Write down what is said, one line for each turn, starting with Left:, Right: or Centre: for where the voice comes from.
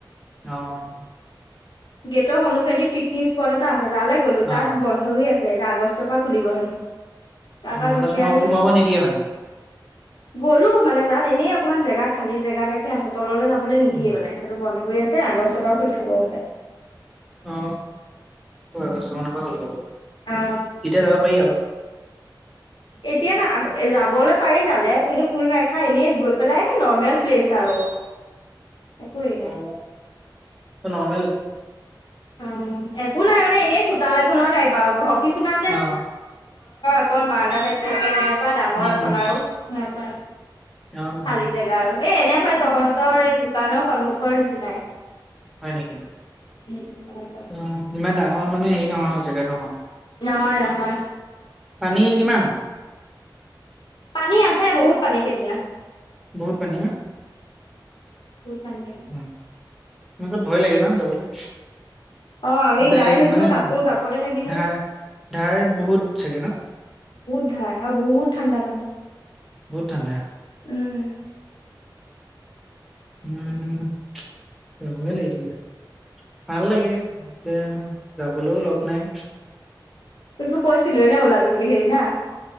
Centre: আহ
Left: গেটৰ সন্মখেদি পিকনিক স্পট এটা আছে তালৈ গ'লো তাত
Centre: অ
Left: বন্ধ হৈ আছে এ বস্ত পৰা খুলিব হেনে তাৰপা
Centre: অ
Left: গুচি
Centre: তাত সোমাব
Left: আহি
Centre: সোমাব নিদিয়ে মানে
Left: গলো মানে তাত এনেই আৌ অকণমান জেগা খাল জেগাাৰাইে আছে তলৈ যাবলৈ নিদিয়ে
Centre: উম
Left: মানে সেইটো বন্ আছে আগষ্টৰ পৰা খুলি খাব বলে।
Centre: অ অ আগষ্ট মানৰ পৰা গলাব তেতিয়া
Left: অ
Centre: যাব পাৰি আৰু
Left: এতিয়াতো আ যাবলৈ পাৰি তালে সেইটো খুল নাইখা এনেই গৈ পেলাই নৰ্মেল প্লেচ আৰু একো হেৰি
Centre: অ
Left: নাই
Centre: সনামেল
Left: অ একো নাই মানে এনেই চোতাল এখনৰ টাইপ আৰু ঘ কিছুমান যে
Centre: অ
Left: ঘৰত অকণ বাৰদা াইত থাকে তেনেকুৱা ডাঙৰ
Centre: উম
Left: এখন আৰু সনো
Centre: অ
Left: খালী
Centre: অ
Left: জেগা আৰু এ এনে াই তহঁতৰ এই দোকানৰ সন্মুখৰ নিচিনাই
Centre: হয় নেকি
Left: উম তেনেকুৱাই।
Centre: অ ইমান ডাঙৰ মানে হেৰি নহয় জেগা নহয়
Left: নহয় নহয়।
Centre: পানী কিমান?
Left: পানী আছে বহুত পানীকেইদিনা।
Centre: বৌত পনিঙ।
Left: উম বহুত পানী থাকে।
Centre: ম তাত ভয় লাগে ন যাবলৈ
Left: অ আমি
Centre: যাই
Left: গাই নুধলো
Centre: মানে
Left: কাপোৰ কাপোতে থাকিলে
Centre: ধাৰ ধাৰ বহুত চাগে ন
Left: হয় আৰু বহুত ঠাণ্ডা পানী
Centre: বহতডা
Left: উম,
Centre: উম, চবয় লাগিছিল। ভাল লাগে এতিয়া যাবলৈও লগ নাই
Left: তো কৈছিলো এেনে ওলাবি বুলি হেৰি না